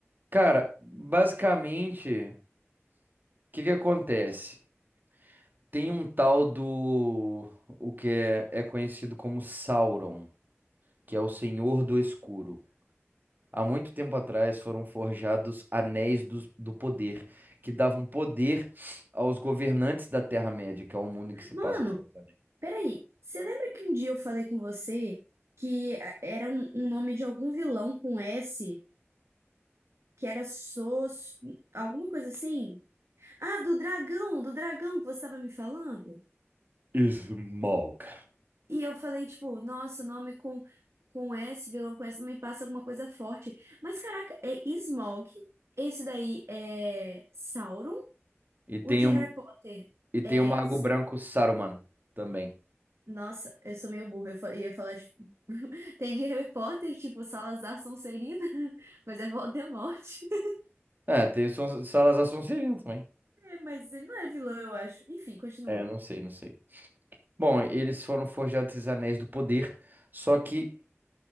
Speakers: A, on the right; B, on the right.
A: Cara, basicamente, o que que acontece? Tem um tal do, o que é, é conhecido como Sauron, que é o Senhor do Escuro. Há muito tempo atrás foram forjados anéis do, do poder, que davam poder aos governantes da Terra-média, que é o mundo em que se
B: Mano,
A: passa os seus anéis.
B: peraí, você lembra que um dia eu falei com você que a- era um, um nome de algum vilão com S, que era Sos, alguma coisa assim? Ah, do dragão, do dragão que você estava me falando?
A: Smog.
B: E eu falei, tipo, nossa, nome com, com S, vilão com S, não me passa alguma coisa forte. Mas caraca, é Smaug. Esse daí é Sauron.
A: E tem
B: O de
A: o,
B: Harry Potter
A: e tem
B: é.
A: o Mago Branco Saruman também.
B: Nossa, eu sou meio burra. Eu fa- ia falar de. <laughs> Tem de Harry Potter, tipo, Salazar Sonserina, <laughs> mas é Voldemort. <laughs>
A: É, tem o Son- Salazar Sonserino também.
B: É, mas ele não era vilão, eu acho. Enfim, continua.
A: É, não sei, não sei. Bom, eles foram forjados esses anéis do poder, só que